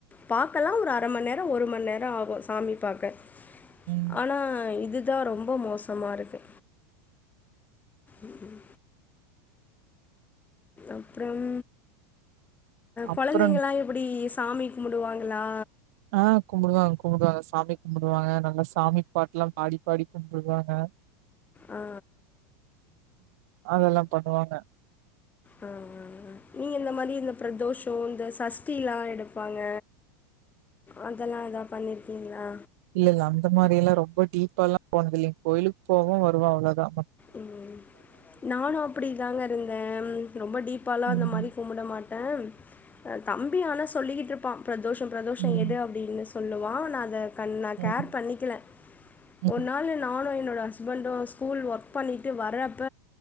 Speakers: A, on the left; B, on the right.
A: பாக்கலா ஒரு அர மண் நேரம் ஒரு மண் நேரோ ஆகும் சாமி பாக்க
B: ம்
A: ஆனா இதுதா ரொம்ப மோசமாருக்கு ம் ம் அப்புறம்
B: அப்புற
A: கொழந்தைங்காளா எப்டி சாமிக் கும்டுவாங்களா
B: ஆ கும்டுவாங்க கும்டுவாங்க சாமி கும்டுவாங்க நல்லா சாமி பாட்டுல்லா பாடி பாடி கும்டுவாங்க
A: ஆ
B: அதெல்லா பண்ணுவாங்க
A: ஹ் உஹ நீங்க இந்த மாதிரி இந்த பிரதோஷோ இந்த சஷ்டில்லா எடுப்பாங்க அதெல்லா எதாது பண்ணிருக்கீங்களா
B: இல்ல இல்ல அந்த மாரி எல்லாம் ரொம்ப டீப்பாலாம் போனது இல்லங்க கோயிலுக்கு போவே வருவே அவ்ளோதா
A: ம் நானு அப்டி தாங்க இருந்தே ரொம்ப டீப்பாலா
B: ம்.
A: அந்த மாரி கும்புட மாட்டேன் தம்பி ஆனா சொல்லிக்கிட்ருப்பான் பிரதோஷோ பிரதோஷோ
B: ம்.
A: எடு அப்டின்னு சொ சொல்லுவான் நா அத நா
B: ம்.
A: கேர் பண்ணிக்கல
B: ம்ஹ்ம்.
A: ஒரு நாள் என் நானு என்னோட ஹஸ்பண்டு ஸ்கூல் ஒர்க் பண்ணிட்டு வர்ரப்ப